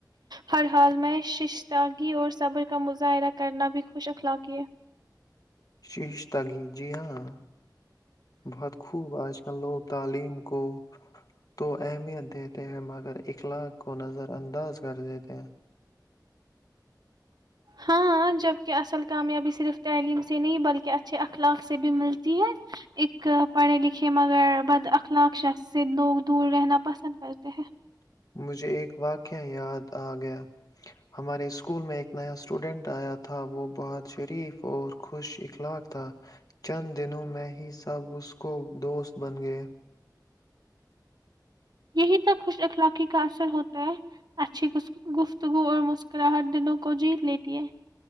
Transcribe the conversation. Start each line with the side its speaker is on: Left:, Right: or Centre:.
Right: ہر حال میں ششتاگی اور صبر کا مظاہرہ کرنا بھی خوش اخلاقی ہے
Left: شیش تگی جی ہاں بہت خوب آج کل لوگ تعلیم کو تو اہمیت دیتے ہیں مگر اخلاق کو نظر انداز کر دیتے ہیں
Right: ہاں ہاں جبکہ اصل کامیابی صرف تعلیم سے نہیں بلکہ اچھے اخلاق سے بھی ملتی ہے ایک پڑھے لکھے مگر بد اخلاق شخص سے لوگ دور رہنا پسند کرتے ہیں
Left: مجھے ایک واقعہ یاد آ گیا ہمارے اسکول میں ایک نیا اسٹوڈنٹ آیا تھا وہ بہت شریف اور خوش اخلاق تھا چند دنوں میں ہی سب اس کو دوست بن گئ
Right: یہی تو خوش اخلاقی کا اثر ہوتا ہے اچھی گس گفتگو اور مسکراہٹ دلوں کو جیت لیتی ہے